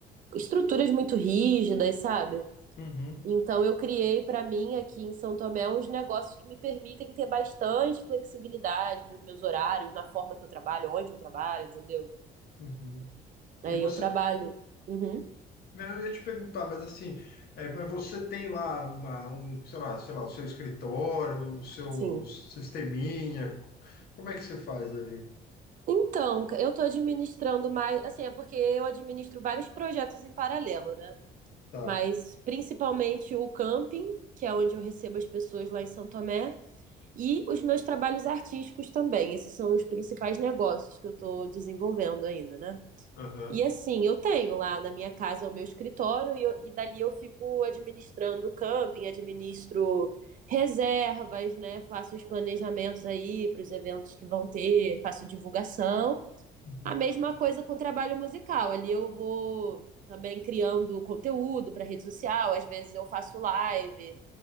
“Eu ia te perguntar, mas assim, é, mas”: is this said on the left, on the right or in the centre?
Left